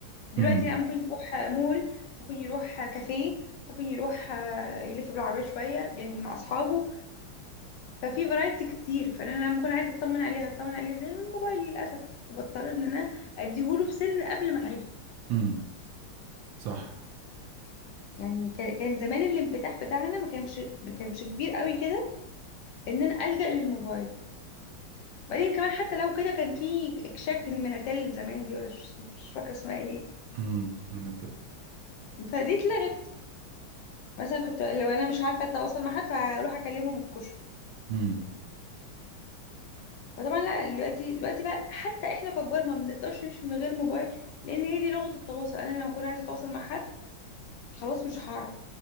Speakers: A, on the left; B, on the right.
A: دلوقتي
B: امم
A: لا ممكن يروح مول ممكن يروح كافيه ممكن يروح آه، يلف بالعربيه شويه يعني مع اصحابه ففي فرايتي كتير فانا لما اكون عايزه اطمن عليه هطمن عليه ازاي من الموبايل للاسف وبضطر ان انا اديهوله في سن قبل ميعاده
B: امم صح
A: يعني كا- كان زمان الانفتاح بتاعنا ما كانش ما كانش كبير قوي كده ان انا الجا للموبايل بعدين كمان حتى لو كده كان في اكشاك المناتيل زمان دي ولا مش مش فاكره اسمها ايه
B: امم من الت...
A: فدي اتلغت مثلا كنت لو انا مش عارفه اتواصل مع حد فهروح اكلمه من الكشك
B: امم
A: فطبعا لا دلوقتي دلوقتي بقى حتى احنا ككبار ما بنقدرش نمشي من غير موبايل لان هي دي لغه التواصل انا لما اكون عايزه اتواصل مع حد خلاص مش هعرف